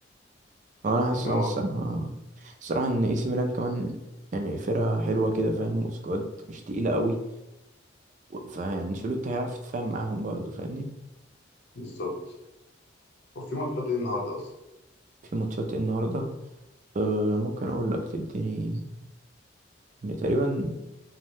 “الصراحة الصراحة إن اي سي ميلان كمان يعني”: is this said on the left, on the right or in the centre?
Right